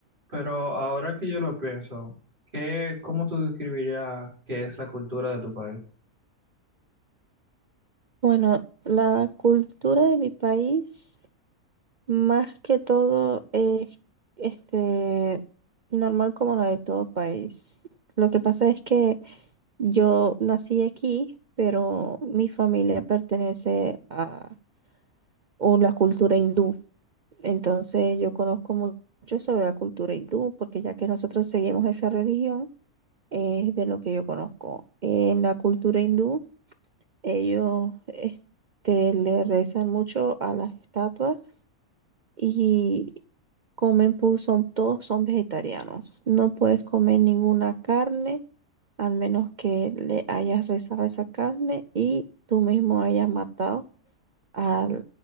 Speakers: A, on the right; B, on the right.
A: Pero ahora que yo lo pienso, ¿qué, cómo tú describirías qué es la cultura de tu país?
B: Bueno, la cultura de mi país, más que todo, es este, normal como la de todo país. Lo que pasa es que yo nací aquí, pero mi familia pertenece a o la cultura hindú. Entonces yo conozco mu- mucho sobre la cultura hindú, porque ya que nosotros seguimos esa religión, es de lo que yo conozco. En la cultura hindú. Ellos este, le rezan mucho a las estatuas y comen, pu- son, todos son vegetarianos. No puedes comer ninguna carne, al menos que le hayas rezado esa carne y tú mismo hayas matado a